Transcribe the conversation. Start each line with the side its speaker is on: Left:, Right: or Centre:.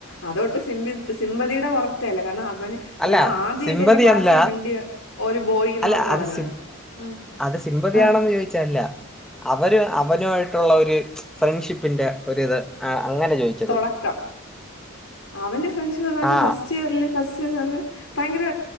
Left: അതൊട്ടും സി സിമ്പതിയുടെ പുറത്തല്ല കാരണം അവന്
Centre: അല്ല
Left: ഞാൻ ആദ്യമായിട്ട്
Centre: സിമ്പതി
Left: എൻ്റെ ക്ലാസ്
Centre: അല്ല
Left: മിടിയ ഒരു ബോയി എന്ന്
Centre: അല്ല
Left: പറഞ്ഞ
Centre: അത്
Left: അവനാണ്.
Centre: സിം
Left: ഉം
Centre: അത് സിമ്പതിയാണോന്ന്
Left: ആ
Centre: ചോയിച്ചല്ല. അവര് അവനുമായിട്ടുള്ള ഒരു ഫ്രണ്ട്ഷിപ്പിൻ്ന്റെ ഒരിത് ആ അങ്ങനെ ചോദിച്ചത്
Left: തുടക്കം അവന്റെ ഫ്രണ്ട്ഷിപ്പ് എന്ന്
Centre: ആ
Left: ഫസ്റ്റ് ഇയറില് ഫസ്റ്റ് സെമ് ഭയങ്കര